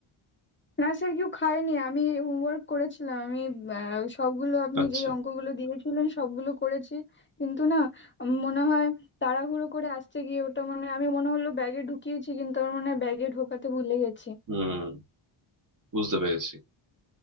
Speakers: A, on the left (about 25°); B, on the right (about 40°).
A: না স্যার কেউ খায়নি আমি হোমওয়ার্ক করেছিলাম আমি আহ, সবগুলো আপনি
B: আচ্ছা
A: যে অঙ্কগুলো দিয়েছিলেন সবগুলো করেছি কিন্তু না উম, মনে হয় তাড়াহুড়ো করে আসতে গিয়ে ওটা মানে আমি মনে হলো ব্যাগে ঢুকিয়েছি কিন্তু আমার মনে হয় ব্যাগে ঢোকাতে ভুলে গেছি
B: হুম বুঝতে পেরেছি